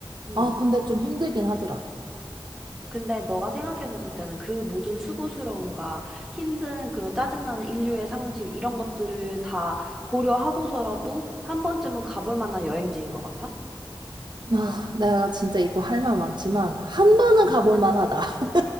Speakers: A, in the centre; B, on the right.
A: 음.
B: 아 근데 좀 힘들긴 하더라
A: 근데 너가 생각했었을 때는 그 모든 수고스러움과 힘든 그런 짜증나는 인류의 상실 이런 것들을 다 고려하고서라도 한 번쯤은 가볼 만한 여행지인 것 같아?
B: 아 내가 진짜 이거 할 말 많지만 한 번은
A: 음.
B: 가볼 만하다 <laughs>